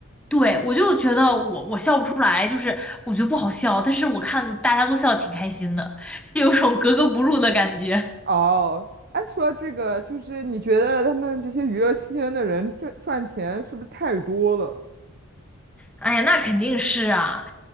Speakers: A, in the centre; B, on the right.
A: 对，我就觉得我我笑不出来，就是我觉得不好笑，但是我看大家都笑得挺开心的，就有种格格不入的感觉。
B: 哦，哎，说到这个，就是你觉得他们这些娱乐圈的人赚赚钱是不是太多了？
A: 哎呀，那肯定是啊，